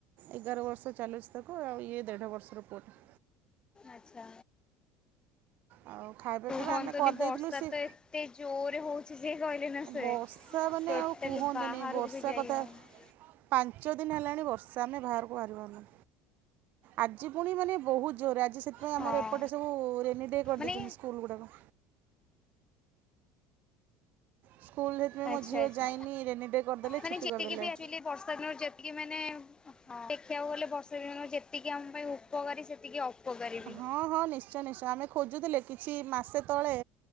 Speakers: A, on the right; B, on the left.
A: ଏଗାର ବର୍ଷ ଚାଲୁଛି ତାକୁ ଆଉ ଇଏ ଦେଢ଼ ବର୍ଷର ପୁଅଟେ।
B: ଆଛା
A: ଆଉ ଖାଇବା ପିଇବା
B: ଫୋନ
A: ଆମେ
B: କଲି
A: କରିଦେଇଥିଲୁ
B: ବର୍ଷାତ
A: ସିଏ
B: ଏତେ ଜୋରେ ହଉଚି ଜେ କହିଲେ ନା ସରେ
A: ବର୍ଷା ମାନେ
B: ଟୋଟାଲି
A: ଆଉ କୁହନ୍ତୁନି
B: ବାହାରକୁ
A: ବର୍ଷା
B: ବି ଯାଇ
A: କଥା
B: ହଉନି।
A: ପାଞ୍ଚ ଦିନ ହେଲାଣି ବର୍ଷା ଆମେ ବାହାରକୁ ବାହାରି ପାରୁନୁ। ଆଜି ପୁଣି ମାନେ ବହୁତ ଜୋରରେ ଆଜି ସେଥିପାଇଁ
B: ହଁ
A: ଆମର ଏପଟେ ସବୁ ରେନି ଡେ କରିଦେଇଚନ୍ତି
B: ମାନେ
A: ସ୍କୁଲ ଗୁଡ଼ାକ। ସ୍କୁଲ ସେଥିପାଇଁ
B: ଆଚ୍ଛା
A: ମୋ ଝିଅ
B: ଆଚ୍ଛା।
A: ଯାଇନି ରେନିଡ୍ରେ କରିଦେଲେ
B: ମାନେ
A: ଛୁଟି
B: ଯେତିକି
A: କରିଦେଲେ।
B: ବି ଆକ୍ଚୁଆଲି ବର୍ଷା ଦିନ ଯେତିକି ମାନେ ଦେଖିବାକୁ ଗଲେ ବର୍ଷାଦିନ ଯେତିକି ଆମ ପାଇଁ ଉପକାରୀ ସେତିକି ଅପକାରୀ ବି।
A: ହଁ ହଁ ନିଶ୍ଚୟ ନିଶ୍ଚୟ। ଆମେ ଖୋଜୁଥିଲେ କିଛି ମାସେ ତଳେ